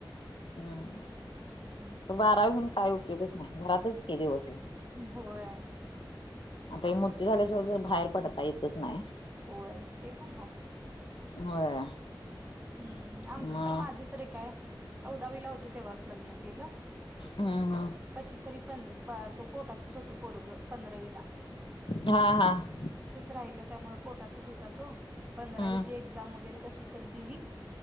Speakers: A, on the left; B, on the right.
A: हम्म.
B: आणि काय मग
A: बारावी होऊन काय उपयोगच नाही घरातंच क दिवसभर
B: होय.
A: आता ही मोठी झाल्याशिवाय खरं, बाहेर पडता येतच नाही.
B: होय, ते पण आहे.
A: होय.
B: हम्म्.. आमचं
A: मग
B: तर, माझं तरी काय. चौदावीला होतो, तेव्हाच लग्न केलं.
A: हम्म्.
B: कशी तरी पंध तो पोटातच होतं पोरगं, पंधरावीला.
A: हा.. हा.
B: राहीलं. त्यामुळे, पोटातच होता तो. पंधरावीची
A: हम्म
B: एक्झाम वगैरे कशी तर दिली.